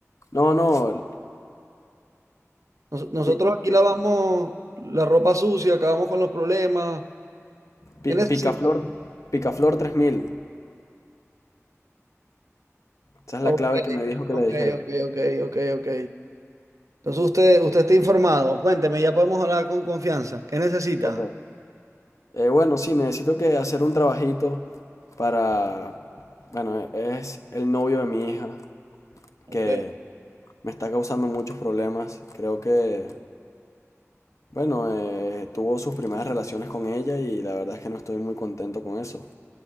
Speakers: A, on the left; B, on the right.
A: No, no,
B: Nos- nosotros
A: pi-
B: aquí
A: pi-
B: lavamos la ropa sucia, acabamos con los problemas.
A: pi-
B: ¿Qué necesita?
A: Picaflor, Picaflor 3000. Esa es
B: Ok,
A: la clave que me dijo que
B: ok,
A: le dijera.
B: ok, ok, ok, ok. Entonces usted, usted está informado. Cuénteme, ya podemos hablar con confianza. ¿Qué necesita?
A: Ok. Eh, bueno, sí, necesito que hacer un trabajito para... Bueno, es el novio de mi hija
B: Ok.
A: que... me está causando muchos problemas. Creo que, bueno, eh, tuvo sus primeras relaciones con ella y la verdad es que no estoy muy contento con eso.